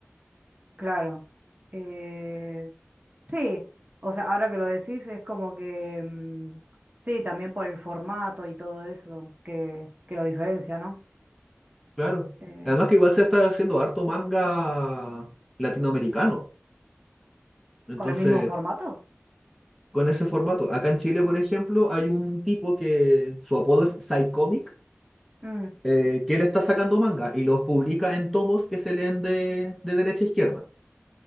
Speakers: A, on the right; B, in the centre.
A: claro. Eh, sí, o sea, ahora que lo decís es como que, mm, sí, también por el formato y todo eso que, que lo diferencia, ¿no?
B: Claro.
A: Eh,
B: Además que igual se está haciendo harto manga latinoamericano. Entonces,
A: con el mismo formato.
B: con ese formato. Acá en Chile, por ejemplo, hay un tipo que su apodo es Psycomic
A: Mm,
B: eh, que él está sacando manga y los publica en tomos que se leen de, de derecha a izquierda.